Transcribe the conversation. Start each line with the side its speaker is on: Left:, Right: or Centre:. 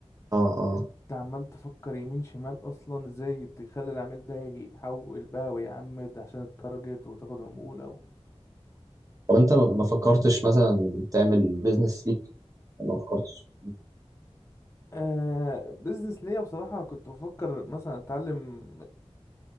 Right: اه اه
Left: انت عمال تفكر يمين شمال اصلا ازاي تخلي العميل ده يحول بقى ويعمد عشان التارجت وتاخد عمولة و...
Right: طب انت ما ما فكرتش مثلا تعمل بيزنس ليك ما فكرتش
Left: آه بزنس ليا بصراحة كنت بفكر مثلا اتعلم